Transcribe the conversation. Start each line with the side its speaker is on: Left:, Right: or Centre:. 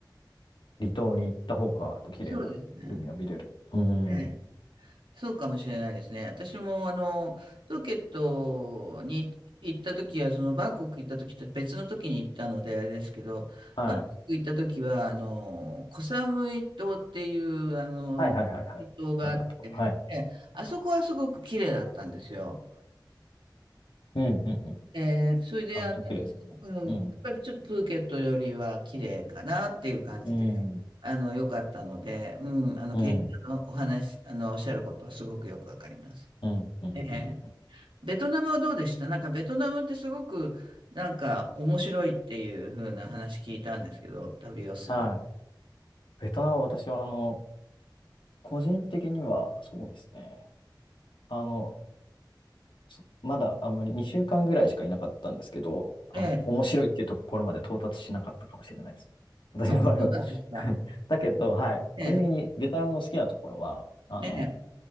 Left: 離島に行った方が、やっぱ綺麗な海が見れる。
Right: そうですね。
Left: うん。
Right: えそうかもしれないですね。私もあの、プーケットに行った時は、そのバンコク行った時と別の時に行ったのであれですけど、
Left: はい。
Right: バンコク行った時は、あの、コサムイ島っていう、あの、
Left: はいはいはいはい。
Right: 島があって、
Left: 寒いとこはい。
Right: えあそこはすごく綺麗だったんですよ。
Left: うんうんうん。
Right: えーそれで、
Left: あ、めっちゃ綺麗ですね。
Right: あの、うん、
Left: う
Right: やっぱりちょっとプーケットよりは綺麗かなっていう感じで、
Left: ん。うん。
Right: あの、良かったので、うん、あの、
Left: うん。
Right: けんのお話、あの、おっしゃることはすごくよくわかります。
Left: うん。うん。
Right: ええ
Left: うん
Right: ベトナムはどうでしたなんかベトナムってすごくなんか面白いっていう風な話聞いたんですけど、旅をする
Left: はい。ベトナムは私は、あの、個人的には、そうですね。あの、そまだあんまり2週間ぐらいしかいなかったんですけど、あの、
Right: ええ、
Left: 面白いっていうところまで到達しなかったかもしれないです。私の場合は
Right: あ、そうなんですか。
Left: <laughs> だけど、はい。
Right: ええ、
Left: 個人的にベトナムの好きなところは、あの、
Right: ええ。